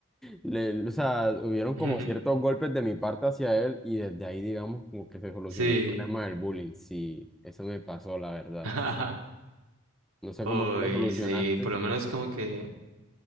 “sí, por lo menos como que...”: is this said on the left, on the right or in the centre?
Right